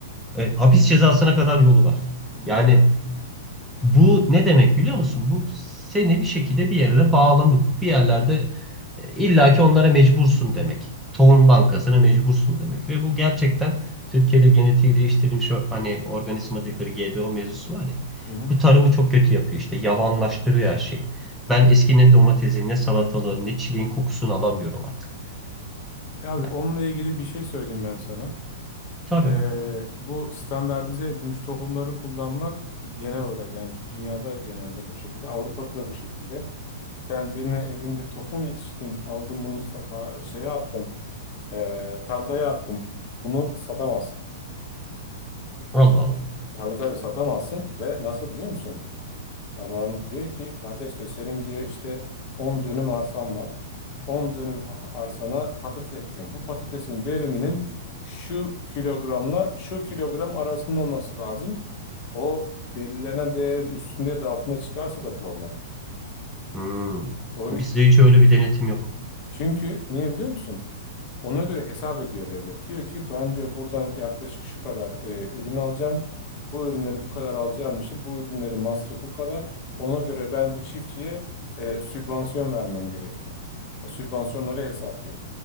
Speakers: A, in the centre; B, on the left (about 40°).
A: E, hapis cezasına kadar yolu var. Yani
B: Doğru.
A: bu ne demek biliyor musun? Bu seni bir şekilde bir yerle bağlamak, bir yerlerde e, illaki onlara mecbursun demek. Tohum bankasına mecbursun demek. Ve bu gerçekten Türkiye'de genetiği değiştirilmiş o- hani organizma dedikleri GDO mevzusu var ya.
B: Hı hı.
A: Bu tarımı çok kötü yapıyor işte. Yavanlaştırıyor her şeyi. Ben eski ne domatesin, ne salatalığın, ne çileğin kokusunu alamıyorum artık.
B: E Abi
A: Yani
B: onunla ilgili bir şey söyleyeyim ben sana.
A: tabii.
B: Ee, bu standartize edilmiş tohumları kullanmak genel olarak yani dünyada genelde bu şekilde, Avrupa'da da bu şekilde. Sen benim evimde tohum yetiştim, aldım bunu sata- şeye attım, ee, tarlaya attım. Bunu satamazsın.
A: Allah Allah.
B: Tabii tabii satamazsın ve nasıl biliyor musun? Adam diyor ki kardeş diyor senin diyor işte 10 dönüm arsan var. on dönüm ha- arsana patates ektin. Bu patatesin veriminin şu kilogramla şu kilogram arasında olması lazım. O belirlenen değerin üstünde ya da altında çıkarsa da problem.
A: Hmm.
B: O
A: Bizde hiç öyle bir denetim yok.
B: çünkü niye biliyor musun? Ona göre hesap ediyor devlet. Diyor ki ben diyor buradan yaklaşık şu kadar e, ürün alacağım. Bu ürünleri bu kadar alacağım için bu ürünleri masrafı bu kadar. Ona göre ben bu çiftçiye e, sübvansiyon vermem gerekiyor. O sübvansiyonları hesaplıyor.